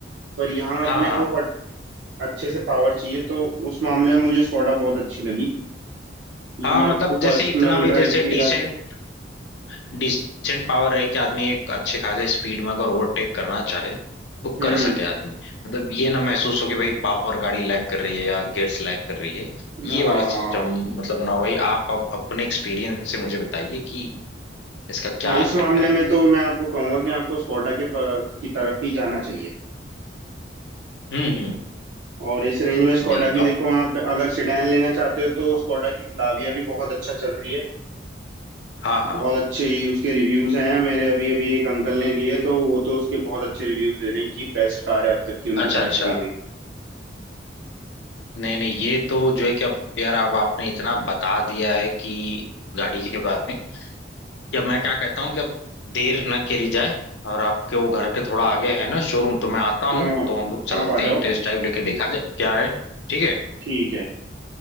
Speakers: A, on the right (about 80°); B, on the left (about 70°).
A: पर यहाँ
B: हाँ
A: अपने
B: हाँ
A: को फट अच्छे से पावर चाहिए तो उस मामले में मुझे स्कोडा बहुत अच्छी लगी ये
B: हाँ
A: मैं आपको
B: मतलब जैसे
A: पर्सनल
B: इतना भाई
A: ड्राइव
B: जैसे
A: की राय
B: डिसेंट डिसेंट पावर रहे कि आदमी एक अच्छे खासे स्पीड में अगर ओवरटेक करना चाहे तो
A: हम्म
B: कर सके
A: हम्म,
B: आदमी मतलब ये ना महसूस हो कि भाई पावर गाड़ी लैग कर रही है या गियर्स लैग कर रही है ये
A: हाँ
B: वाला
A: हाँ
B: सिस्टम
A: हाँ
B: मतलब ना हो भाई आप, आप अपने एक्सपीरियंस से मुझे बताइए कि इसका क्या
A: हाँ इस मामले
B: चक्कर है
A: में तो मैं आपको कहूंगा कि आपको स्कोडा के प- की तरफ ही जाना चाहिए
B: हम्म हम्म
A: और इस रेंज में स्कोडा
B: नहीं
A: की
B: अब
A: देखो आप अगर सिडैन लेना चाहते हो तो स्कोडा की स्लाविया भी बहुत अच्छा चल रही है
B: हाँ हाँ
A: बहुत अच्छे ही उसके रिव्यूज हैं मेरे अभी अभी एक अंकल ने लिए तो वो तो उसके बहुत अच्छे रिव्यूज दे रहे हैं कि बेस्ट कार है अब तक की उनकी
B: अच्छा
A: बाय
B: अच्छा
A: करी हुई
B: नहीं नहीं ये तो जो है कि अब यार अब आपने इतना बता दिया है कि गाड़ी के बारे में कि अब मैं क्या कहता हूँ कि अब देर न करी जाए और आपके वो घर के थोड़ा आगे है ना शोरूम तो मैं आता हूँ
A: हाँ हाँ,
B: तो हम लोग चलते
A: आप आ
B: हैं
A: जाओ
B: टेस्ट ड्राइव लेके देखा जाए क्या है ठीक है
A: ठीक है